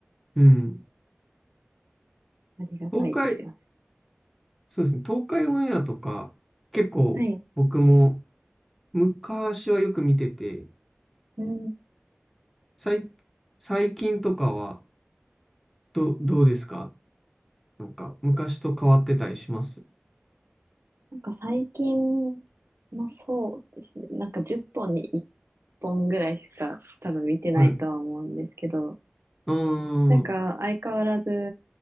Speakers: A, in the centre; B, on the right (about 80°).
A: うん。
B: ありがたいですよね。
A: 東海、そうですね。東海オンエアとか、結構僕も
B: はい。
A: 昔はよく見てて、
B: うん。
A: 最、最近とかはど、どうですかなんか昔と変わってたりします
B: なんか最近もそうですね。なんか10本に1本ぐらいしか多分見てないとは思うんですけど、
A: はい。うー
B: なんか相変わらず、
A: ん。